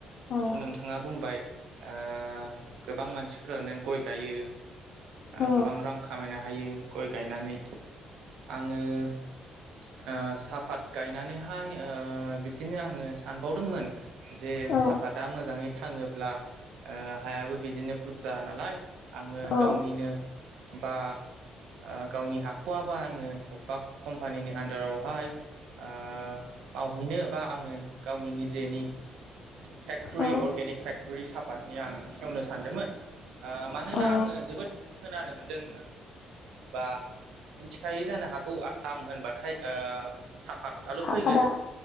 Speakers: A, on the right; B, on the left.
A: दाथ'
B: औ
A: नोंथाङा बुंबाय। ओ गोबां मानसिफोरानो गय गायो
B: औ
A: गोबां रां खामायना हायो गय गायनानै आङो ओ साहाफात गायनानैहाय ओ बिदिनो आङो सानबावदोंमोन जे
B: औ
A: साफाता मोजाङै थाङोब्ला हायाबो बिदिनो बुरजा नालाय आङो
B: औ
A: गावनिनो बा ओ गावनि हाख'आबा आङो अबेबा कम्पानिनि आन्दारावहाय ओ मावहैनो बा आङो गावनि निजेनि फेक्टरि
B: औ
A: अर्गेनिक फेक्ट'रि सापातनि आं खेवनो सानदोंमोन आ मानोना
B: औ
A: आङो जोबोद खोनानो मोनदों। बा मिथिखायै जानो हागौ आसाम होनबाथाय ओ साव आंलं
B: साफादा
A: फैगोरो